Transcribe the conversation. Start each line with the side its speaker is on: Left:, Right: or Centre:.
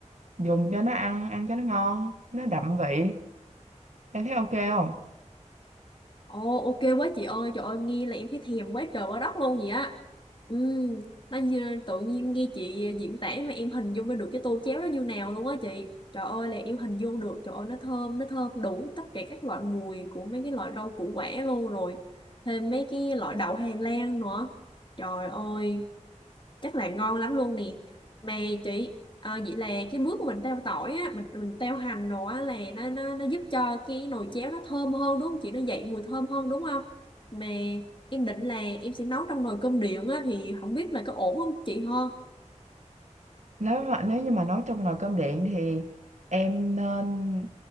Right: dùng cho nó ăn ăn cho nó ngon nó đậm vị em thấy ok không
Left: Ồ ok quá chị ơi Trời ơi nghe là em thấy thèm quá trời quá đất luôn vậy á Ừ nó như, Tự nhiên nghe chị diễn tả mà em hình dung ra được cái tô chéo đó như nào luôn á chị Trời ơi là em hình dung được Trời ơi nó thơm Nó thơm đủ tất cả các loại mùi Của mấy cái loại rau củ quả luôn rồi Thêm mấy cái loại đậu Hà Lan nữa Trời ơi chắc là ngon lắm luôn nè mà chị à, vậy là cái bước của mình teo tỏi á mình mình teo hành đồ á là nó nó nó giúp cho cái nồi chéo nó thơm hơn đúng không chị nó dậy mùi thơm hơn đúng không mà em định là em sẽ nấu trong nồi cơm điện á thì không biết là có ổn không chị ha
Right: nếu mà nếu như mà nấu trong nồi cơm điện thì em nên